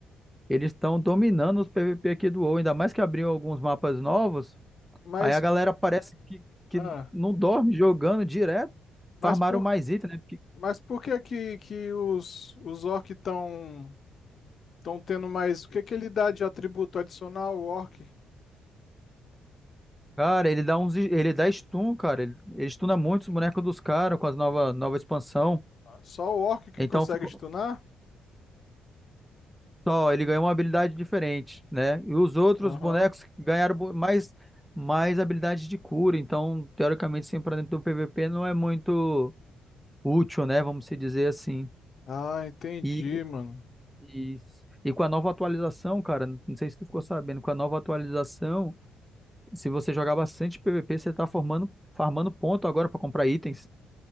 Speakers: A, in the centre; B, on the left.
A: eles estão dominando os PVP aqui do WoW, ainda mais que abriu alguns mapas novos.
B: Mas.
A: Aí a galera parece que, que
B: ah,
A: não dorme jogando direto,
B: Mas
A: farmaram
B: por
A: mais item, né?
B: Mas por que que, que os, os orcs estão estão tendo mais? O que que ele dá de atributo adicional ao orc?
A: Cara, ele dá uns, ele dá stun, cara. Ele, ele stuna muito os bonecos dos caras com as nova, nova expansão.
B: Só o orc que
A: Então
B: consegue
A: ficou
B: stunar?
A: só, ele ganhou uma habilidade diferente, né? E os outros
B: Aham.
A: bonecos ganharam bo- mais mais habilidades de cura, então teoricamente sempre pra dentro do PVP não é muito útil, né? Vamos se dizer assim.
B: Ah, entendi,
A: E,
B: mano.
A: e, e com a nova atualização, cara, não sei se tu ficou sabendo, com a nova atualização, se você jogar bastante PVP, você tá formando, farmando ponto agora pra comprar itens.